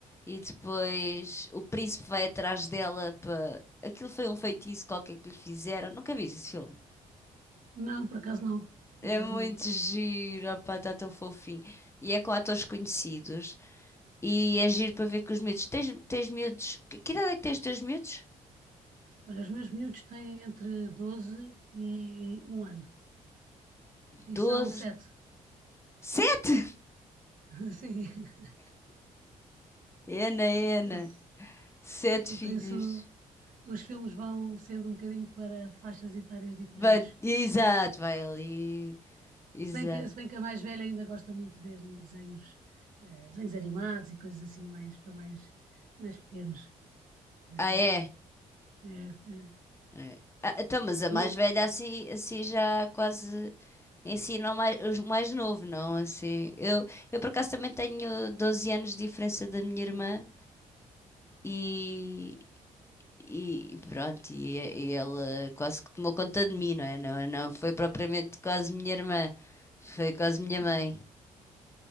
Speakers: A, on the left (about 20°); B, on the right (about 70°).
A: e depois o príncipe vai atrás dela para... Aquilo foi um feitiço qualquer que lhe fizeram. Nunca vi esse filme.
B: Não, por acaso não. Por
A: É
B: acaso
A: muito
B: não.
A: giro, opá, está tão fofinho. E é com atores conhecidos. E é giro para ver com os miúdos. Tens, tens miúdos... Que, que idade é que tens os teus miúdos?
B: Olha, os meus miúdos têm entre 12 e um ano. E
A: doze
B: são sete.
A: sete
B: <laughs>
A: Ena Ena
B: Sim.
A: sete
B: E
A: filhos.
B: por isso os filmes vão sendo um bocadinho para faixas etárias diferentes.
A: Ba- Exato, vai ali. Exato.
B: Se bem que, se bem que a mais velha ainda gosta muito de ver desenhos, eh, desenhos animados e coisas assim mais para mais, mais pequenos. Assim,
A: Ah, é?
B: é, é.
A: É. Ah, então, mas a
B: Eu-
A: mais velha assim, assim já quase ensina o mais, os mais novo, não? Assim, eu, eu por acaso também tenho 12 anos de diferença da minha irmã e, e pronto, e, e ela quase que tomou conta de mim, não é? Não, não foi propriamente quase minha irmã, foi quase minha
B: <laughs>
A: mãe.